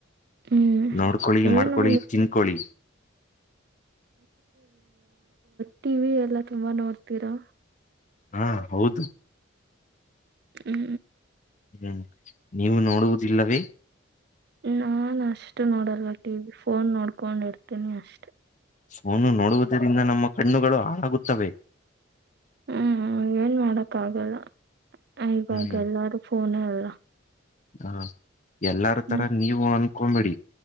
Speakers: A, on the right; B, on the left.
A: ಹ್ಮ್
B: ನೋಡ್ಕೊಳ್ಳಿ
A: ಏನು
B: ಮಾಡ್ಕೊಳ್ಳಿ ತಿನ್ಕೊಳ್ಳಿ
A: ಟಿ ವಿ ಎಲ್ಲ ತುಂಬಾ ನೋಡ್ತೀರಾ
B: ಹಾ ಹೌದು
A: ಹ್ಞ
B: ಹ್ಮ್ ನೀವು ನೋಡುವುದಿಲ್ಲವೇ
A: ನಾನ್ ಅಷ್ಟು ನೋಡಲ್ಲ ಟಿ ವಿ ಫೋನ್ ನೋಡ್ಕೊಂಡ್ ಇಡ್ತೀನಿ ಅಷ್ಟೆ
B: ಸೋನು ನೋಡುವುದರಿಂದ ನಮ್ಮ ಕಣ್ಣುಗಳು ಹಾಳಾಗುತ್ತವೆ
A: ಹ್ಮ್ ಏನ್ ಮಾಡಕ್ ಆಗಲ್ಲ ಇವಾಗ
B: ಹ್ಮ್
A: ಎಲ್ಲಾರೂ ಫೋನೇ ಅಲ್ಲ
B: ಹ ಎಲ್ಲಾರ
A: ಹ್ಮ್
B: ತರ ನೀವು ಅನ್ಕೊಂಬೇಡಿ